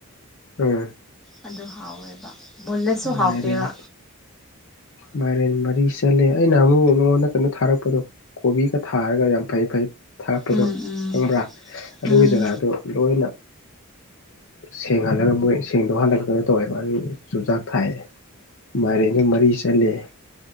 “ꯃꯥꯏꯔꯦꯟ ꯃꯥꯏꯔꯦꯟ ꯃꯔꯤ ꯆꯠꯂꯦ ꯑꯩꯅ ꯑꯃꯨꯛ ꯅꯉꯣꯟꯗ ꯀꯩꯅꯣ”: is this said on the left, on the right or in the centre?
Left